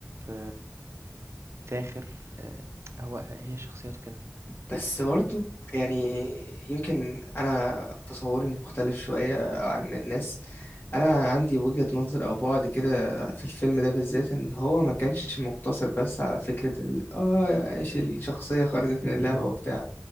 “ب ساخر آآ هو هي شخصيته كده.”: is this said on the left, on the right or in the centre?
Right